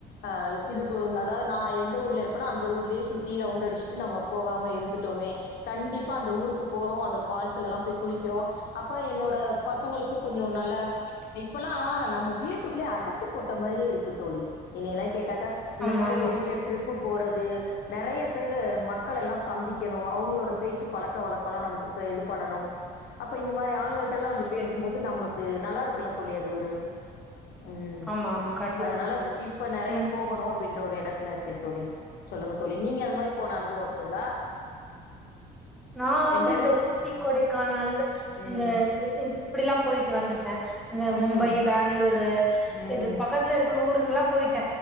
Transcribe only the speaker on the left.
அஹ் இதுக்கு அதாவது நான் எந்த ஊர்ல இருக்கனோ அந்த ஊர்லயே சுத்தி ரவுண்ட் அடிச்சுட்டு நம்ம போகாம இருந்துட்டோமே கண்டிப்பா அந்த ஊருக்கு போறோம் அந்த ஃபால்ஸ்ல எல்லாம் போய் குளிக்கிறோம் அப்ப என்னோட பசங்களுக்கும் கொஞ்சம் நல்ல இப்பல்லாம் நம்ம வீட்டுக்குள்ளயே அடைச்சு போட்ட மாதிரியே இருக்கு தோழி ன்னையில கேட்டாக்க இந்த
மாரி
வெளில ட்ரிப் போற நிறைய பேரு மக்கள் எல்லாம் சந்திக்கணும் அவங்களோட பேச்சு பழக்கக்கல்லாம் நமக்கு இது பண்ணும் அப்ப இந்த மாதிரி ஆண்கள்ட்டலா நம்ப
பேசுபோது நமபுளுக்கு நல்லாருக்குல தோழி அது ஒரு உம்
அதனால
இப் ப்ப நறய
போகணு அப்டின் த்தொரு எனத்துல இருக்கேன் தோழி சொல்லுங்க தோழி நீங்க அது மாரி போன அனுபவம் இருக்குங்களா
எந்த இடத்துக்கு
போனா
ம்
ம்
ம்